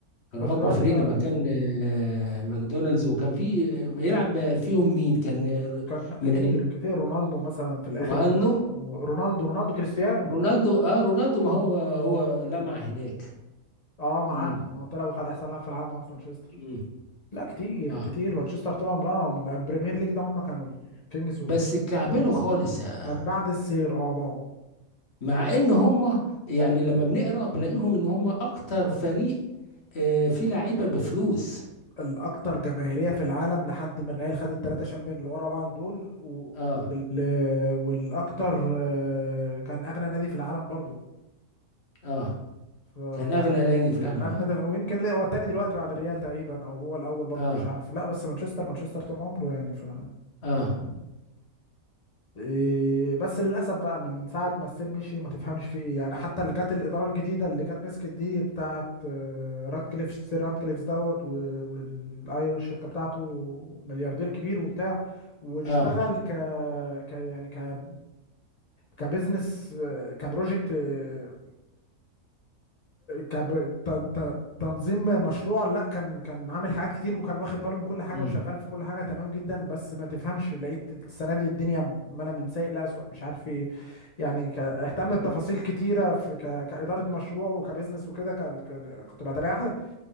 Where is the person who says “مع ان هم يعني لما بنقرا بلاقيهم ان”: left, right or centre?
Left